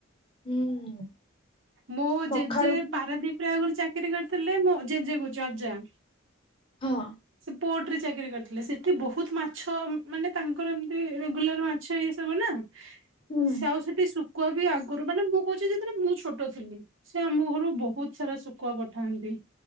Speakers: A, on the left; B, on the right.
A: ହୁଁ।
B: ମୋ
A: ପଖାଳକୁ
B: ଜେଜେ ପାରାଦୀପରେ ଆଗରୁ ଚାକିରି କରିଥିଲେ। ମୋ ଜେଜେ କହୁଛି ଅଜା
A: ହଁ।
B: ସେ ପୋର୍ଟରେ ଚାକିରି କରିଥିଲେ ସେଠି ବହୁତ୍ ମାଛ ମାନେ ତାଙ୍କର ଏମିତି ରେଗୁଲାର୍ ମାଛ ଇଏ ସବୁ ନା
A: ହୁଁ
B: ସେ ଆଉ ସେଠି ଶୁଖୁଆ ବି ଆଗରୁ ମାନେ ମୁଁ କହୁଛି ଯେତେବେଳେ ମୁଁ ଛୋଟଥିଲି। ସେ ଆମ ଘରୁ ବହୁତ୍ ସାରା ଶୁକୁଆ ପଠାନ୍ତି